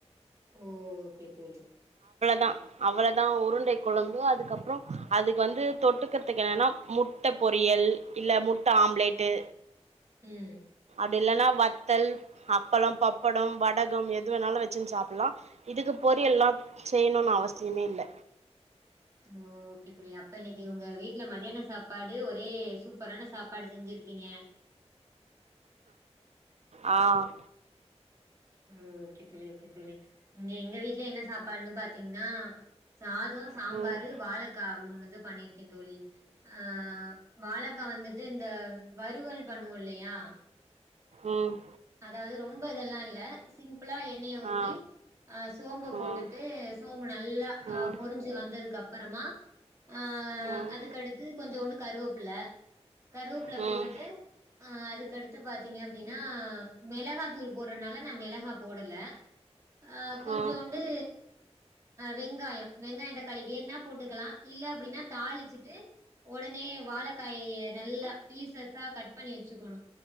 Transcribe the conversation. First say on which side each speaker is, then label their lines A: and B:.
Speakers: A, on the right; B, on the right.
A: ஓ ஓக்கே தோழி
B: தா அவளதா உருண்டை கொலம்பு அதுக்கப்றோ அதுக் வந்து தொட்டுக்கற்துக் என்னனா முட்ட பொரியல் இல்ல முட்ட ஆம்லேட்டு்
A: உம்
B: அப்டி இல்லன்னா வத்தல் அப்பளோ பப்படம் வடகம் எது வேணாலூ வச்சின் சாப்புல்லாம் இதுக்கு பொரியல்லாம் செய்ணுன் அவசியமே இல்ல
A: ஓ ஓக்கே தோழி அப்ப இன்னிக்கி உங்க வீட்ல மதியான சாப்பாடு ஒரே சூப்பரான சாப்பாடு செஞ்சிருக்கிங்க
B: ஆ
A: ஓ ஓக்கே தோழி ஓக்கே தோழி இங்க எங்க வீட்ல என்ன சாப்பாட்னு பாத்திங்னா சாதோ சாம்பாரு
B: ம்
A: வாழக்கா மூணுது பண்ணிர்க்கே த் தோழி ஆ வாழக்கா வந்துட் டு இந்த வறுவல் பண்ணுவோ இல்லயா ஆ
B: உம்
A: அதாது ரொம்ப இதல்லா இல்ல சிம் லா எண்ணய ஊத்தி
B: ஆ
A: ஆ சோம்பு போட்டுட்டு
B: ம்
A: சோம்பு நல்லா
B: ம்
A: பொறிஞ்சு வந்ததுக்கப் பறமா ஆஹ்
B: ஆம்
A: அதுக்கடுத்து கொஞ்சோன்டு கருவ்ப்புல கருவ்ப்புல
B: ம்
A: போட்டுட்டு ஆஹ் அதுக்கடுத்து பாத்தீங்க அப்டின்னா மெளஹா தூள் போட்றனால நா மெளஹா போடல ஆஹ் கொஞ்சோண்டு
B: ஆ
A: வெங்காயம் வெங்காயந்த க்காளி வேன்னா போட்டுக்கலா இல்ல அப்டின்னா தாளிச்சுட்டு ஒடனே வாளக்காய நல்லா பீசஸா கட் பண்ணி வச்சுக்கணு